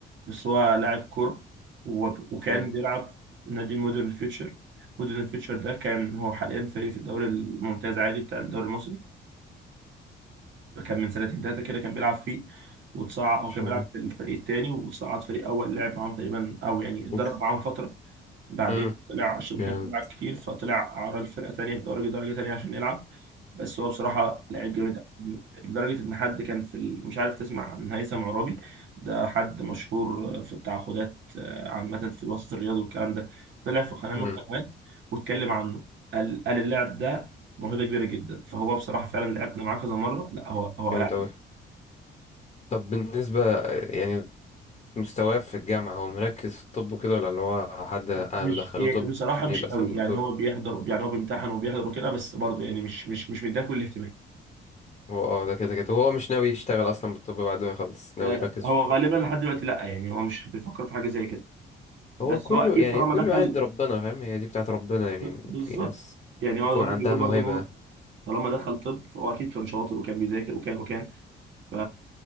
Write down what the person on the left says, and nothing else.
امم
ان
شاء
الله
اوف
امم
جامد
جامد
جامد
أوي طب بالنسبة يعني مستواه في الجامعة هو مركز في الطب وكده ولا اللي هو حد أهله
دخلوه طب
عشان
يبقى
اسمه دكتور
هو اه ده كده كده هو مش ناوي يشتغل أصلا بالطب بعد ما يخلص ناوي
يركز
في الكورة
هو
كله
يعني
كله
قاعد ربنا فاهم هي دي بتاعت ربنا يعني
في ناس
بيكون
عندها
موهبة